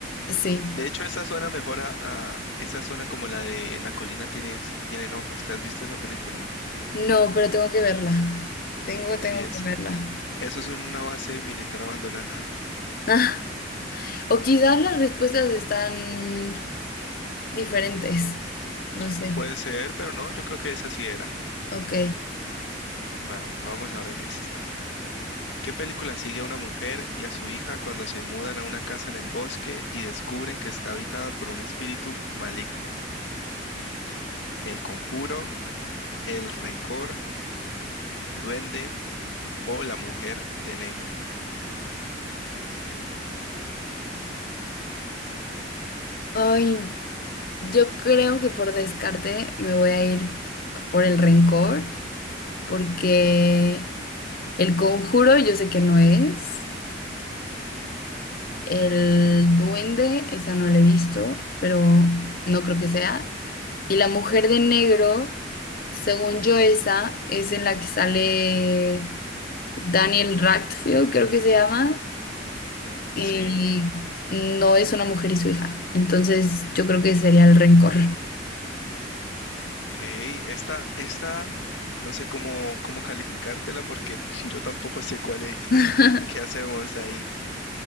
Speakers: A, on the left; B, on the left.
A: sí.
B: De hecho, esa suena mejor a, a- esa zona como la de la colina tiene, tienen ojos. ¿Te has visto esa película?
A: No, pero tengo que verla. Tengo,
B: Sí,
A: tengo
B: es,
A: que verla.
B: eso es una base militar abandonada.
A: <laughs> O quizás las respuestas están diferentes, no
B: <laughs>
A: sé.
B: Puede ser, pero no, yo creo que esa sí era.
A: Ok.
B: Va, vamos a ver esta. ¿Qué película sigue a una mujer y a su hija cuando se mudan a una casa en el bosque y descubren que está habitada por un espíritu maligno? ¿El conjuro, el rencor, duende o la mujer de negro?
A: Ay, yo creo que por descarte me voy a ir por el rencor, porque el conjuro yo sé que no es, el duende, esa no la he visto, pero no creo que sea, y la mujer de negro, según yo esa, es en la que sale Daniel Radcliffe, creo que se llama, y
B: Sí.
A: no es una mujer y su hija, entonces yo creo que sería el rencor.
B: Ok, esta, esta, no sé cómo, cómo calificártela porque <laughs> yo tampoco sé cuál es.
A: <laughs>
B: ¿Qué hacemos ahí?